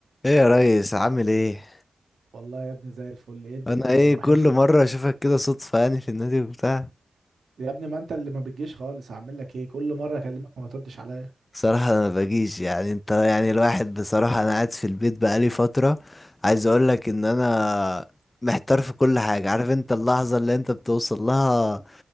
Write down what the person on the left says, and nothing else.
ايه يا ريس عامل ايه
انا
ايه
كل مره اشوفك كده صدفه يعني في النادي وبتاع
بصراحه انا ما باجيش يعني انت يعني الواحد بصراحه انا قاعد في البيت بقالي فتره عايز اقول لك ان انا محتار في كل حاجه عارف انت اللحظه اللي انت بتوصل لها